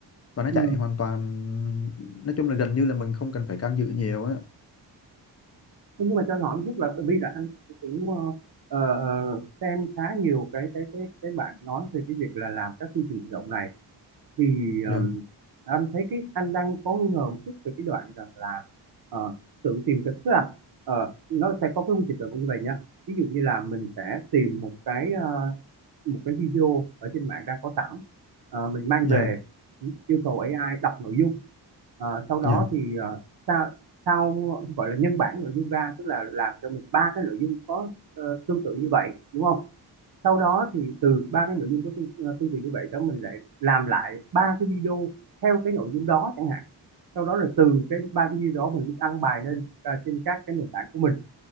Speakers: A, on the left; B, on the right.
A: và nó
B: ừ.
A: chạy hoàn toàn nói chung là gần như là mình không cần phải can dự nhiều á
B: Thế nhưng mà cho anh hỏi một chút là bởi vì là anh cũng ờ, ờ, xem khá nhiều cái cái cái cái bạn nói về cái việc là làm các chương trình tự động này thì
A: dạ
B: ờm, anh thấy cái anh đang có nghi ngờ một chút về cái đoạn rằng là ờ, tự tìm cái tức là ờ, nó sẽ có cái quy trình tự động như vậy nhá ví dụ như là mình sẽ tìm một cái ờ, một cái video ở trên mạng đang có sẵn Ờ, mình mang
A: dạ
B: về yêu cầu AI đọc nội dung Ờ, sau đó
A: dạ
B: thì ờ, sao sao gọi là nhân bản nội dung ra tức là làm cho mình ba cái nội dung có ờ, tương tự như vậy đúng không sau đó thì từ ba cái nội dung có tương, ờ, tương tự như vậy đó mình lại làm lại ba cái video theo cái nội dung đó chẳng hạn sau đó là từ cái ba cái video đó mình mới đăng bài lên ờ, trên các cái nền tảng của mình